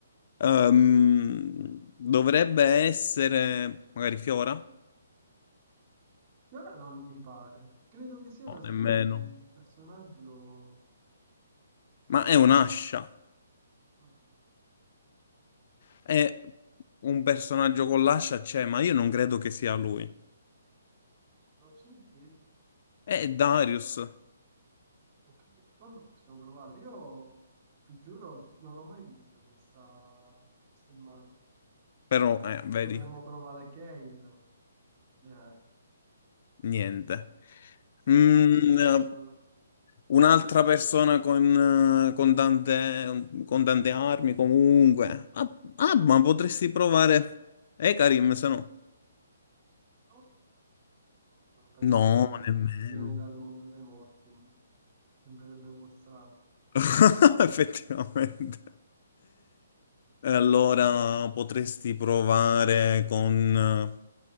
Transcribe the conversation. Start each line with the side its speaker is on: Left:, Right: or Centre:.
Left: Ehm, dovrebbe essere magari Fiora?
Right: E ora non mi pare. Credo che sia una
Left: No,
Right: skin
Left: nemmeno.
Right: di un personaggio...
Left: Ma è un'ascia.
Right: mm,
Left: È un personaggio con l'ascia, c'è, ma io non credo che sia lui.
Right: non so dire...
Left: È Darius,
Right: Ok, vabbè, possiamo provare. Io, ti giuro, non l'ho mai vista questa, questa immagine.
Left: però, eh, vedi,
Right: Potremmo provare Kale, neanche.
Left: niente.
Right: Sembra
Left: Mm,
Right: qualcosa che vola,
Left: eh, un'altra persona con, eh, con tante, con tante armi, comunque. Ah, ah, ma potresti provare Karim se no.
Right: no? No, non penso
Left: No,
Right: proprio.
Left: nemmeno.
Right: Viene dal mondo dei morti. Sembrerebbe un po' strano.
Left: <laughs> Effettivamente. Allora potresti provare con